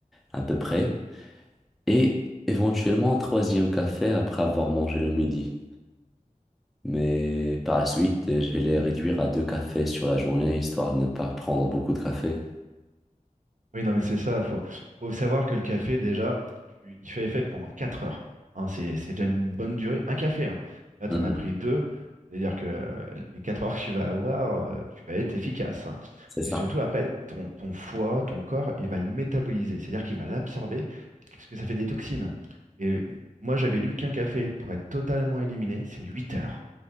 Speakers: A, in the centre; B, on the right (about 65°).
A: à peu près et éventuellement un troisième café après avoir mangé le midi. Mais par la suite, euh, je vais les réduire à deux cafés sur la journée, histoire de ne pas prendre beaucoup de café.
B: Oui, non, mais c'est ça. Faut, faut savoir que le café, déjà, tu- il fait effet pendant 4 heures. Hein, c'est c'est déjà une bonne durée. Un café, hein. Là, tu
A: Mhm.
B: en as pris deux. C'est-à-dire que euh, les 4 heures que tu vas avoir, euh, tu vas être efficace. hein.
A: C'est ça.
B: Et surtout, après, ton, ton foie, ton corps, il va le métaboliser. C'est-à-dire qu'il va l'absorber, parce que ça fait des toxines. Et moi, j'avais lu qu'un café, pour être totalement éliminé, c'est 8 heures.